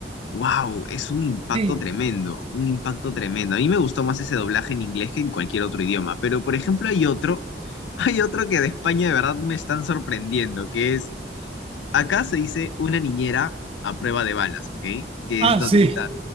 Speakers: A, on the left; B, on the right.
A: Wow, es un impacto
B: Sí.
A: tremendo, un impacto tremendo. A mí me gustó más ese doblaje en inglés que en cualquier otro idioma, pero por ejemplo hay otro, <laughs> hay otro que de España de verdad me están sorprendiendo, que es, acá se dice una niñera a prueba de balas, ¿ok? Que
B: Ah,
A: es donde
B: sí.
A: está.